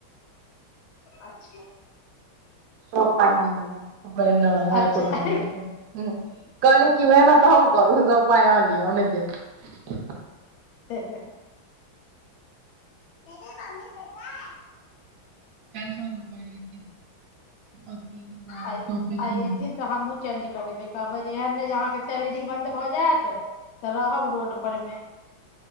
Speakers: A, on the left (about 80°); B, on the right (about 75°).
A: अच्छा
B: सब पाइ हम लेबौ नहि
A: अच्छा
B: एको रूपैया नई लेबै कहली कि मेहनत हम करू सब पाइ अहां लिअ हम नई देब
A: ह मेरे मम्मी देता है
B: क स कहै कि अथी ब
A: आइ
B: चौके
A: आइ
B: की
A: एथिन तऽ हमहूँ चेंज करेबै कहबै जे एहन नहि जे अहाँके सैलरी बन्द भऽ जायत तऽ रहब रोड पर मे